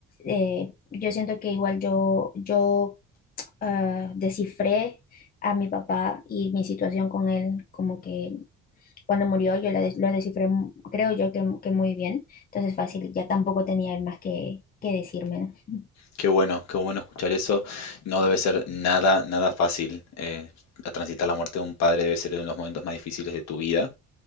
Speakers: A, on the left (about 30°); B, on the left (about 65°).
A: Eh, yo siento que igual yo, yo ah, descifré a mi papá y mi situación con él, como que cuando murió yo la des- lo descifré, mu- creo yo que, que muy bien. Entonces fácil, ya tampoco tenía él más que, que decirme, ¿no?
B: Qué bueno, qué bueno escuchar eso. No debe ser nada, nada fácil. eh, transitar la muerte de un padre debe ser uno de los momentos más difíciles de tu vida.